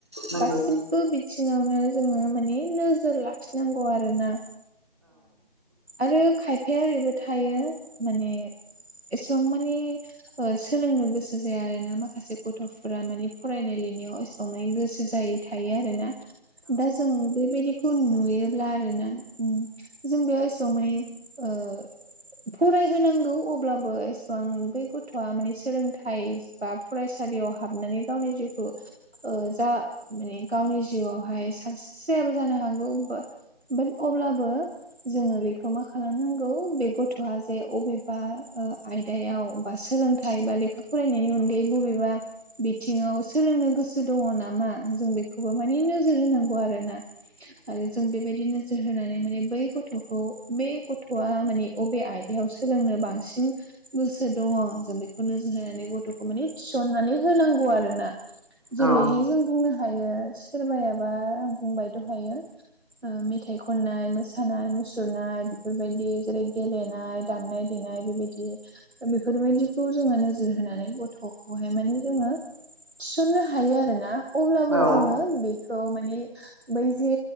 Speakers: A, on the right (about 25°); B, on the right (about 80°).
A: नंगौ
B: गासि बो बिथिङावनो जोङो माने नोजोर लाखिनांगौ आरोना आरो खायफाया ओरैबो थायो माने एसेबां मानि सोलोंनो गोसो जाया आरोना माखासे गथ'फोरा माने फरायनाय लिरनायाव एसेबां माने गोसो जायै था थायो आरोना दा जों बेबायदिखौ नुयोब्ला आरो ना जों बेयाव एसेबां माने ओ फरायहोनांगौ अब्लाबो एसेबां बै गथ'आ माने सोलोंथाइ बा फरायसालियाव हाबनानै गावनि जिउखौ जा माने गावनि जिउआवहाय साक्सेस जायाबो जानो हागौबा बाट अब्लाबो जोङो बेखौ मा खालामनांगौ बे गथ'आ जे अबे बा आयदायाव बा सोलोंथाइ बा लेखा फरायनायनि अनगायै बबेबा बिथिङाव सोलोंनो गोसो दङ नामा जों बेखौबो माने नोजोर होनांगौ आरोना आरो जों बेबायदिनो नोजोर होनानै माने बै गथ'खौ बे गथ'आ माने बबे आयदायाव सोलोंनो बांसिन गोसो दङ जों बेखौ नोजोर होनानै गथ'खौ माने थिसननानै होनांगौ आरो ना जेरैहाय
A: औ
B: जों बुंनो हायो सोरबायाबा बुंबाय द' हायो मेथाइ खननाय मोसानाय मुसुरनाय बेफोरबायदि जेरै गेलेनाय दामनाय देनाय बेबायदि बेफोरबायदिखौ जोङो नोजोर होनानै गथ'खौहाय माने जोङो थिसननो हायो आरो ना अब्लाबो
A: औ
B: जोङो बेखौ माने बै जे